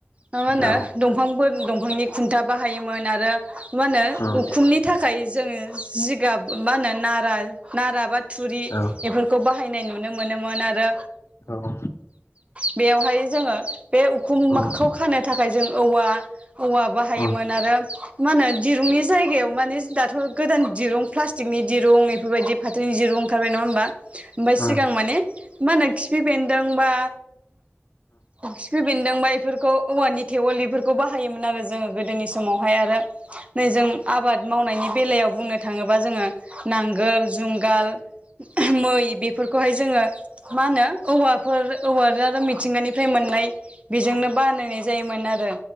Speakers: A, on the right; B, on the left.
A: मा मा होनो
B: औ
A: दंफांफोर दंफांनि खुन् खुन्था बाहायोमोन आरो मा होनो
B: उम
A: उखुमनि थाखाय जोङो जिगाब मा होनो नारा, नारा बा थुरि
B: औ
A: बेफोरखौ बाहाय <unintelligible> नुनो मोनोमोन आरो
B: उम
A: बेयावहाय जोङो बे उखुमखौ
B: उम
A: खानो थाखाय जों औवा, औवा बाहाय
B: उम
A: थायोमोन
B: औ उम औ उम औ उम औ
A: आरो मा होनो दिरुंनि जायगायाव माने दाथ' गोदान दिरुं प्लास्टिकनि दिरुं बेफोरबायदि फाथोनि दिरुं ओंखारबाय नङा होमबा? ओमफ्राय
B: औ
A: सिगां माने मा होनो खिफि बेन्दों बा <unintelligible> बेनदोंबायफोरखौ औवानि थेवल बेफोरखौ बाहाय थायोमोन आरो जोङो। गोदोनि समावहाय आरो नै जों आबाद मावनायनि बेलायाव बुंनो थाङोबा जोङो नांगोल जंगाल मै बेफोरखौहाय जोङो मा होनो औवाफोर औवा आरो मिथिंगानि मोननाय बेजोंनो बानायनाय जायोमोन आरो